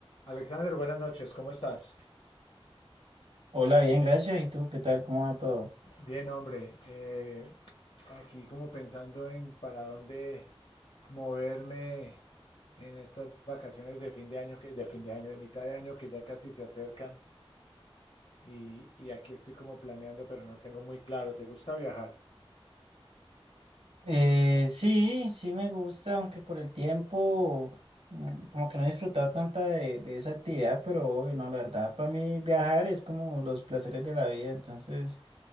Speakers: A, on the left (about 70°); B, on the right (about 85°).
A: Alexander, buenas noches, ¿cómo estás?
B: Hola, bien, gracias. ¿Y tú qué tal? ¿Cómo va todo?
A: Bien, hombre, eh, aquí como pensando en para dónde moverme en estas vacaciones de fin de año, que, de fin de año, de mitad de año que ya casi se acercan y, y aquí estoy como planeando, pero no tengo muy claro, ¿te gusta viajar?
B: Eh, sí, sí me gusta, aunque por el tiempo mm, como que no he disfrutado tanta de, de esa actividad, pero obvio, no, la verdad, para mí viajar es como los placeres de la vida, entonces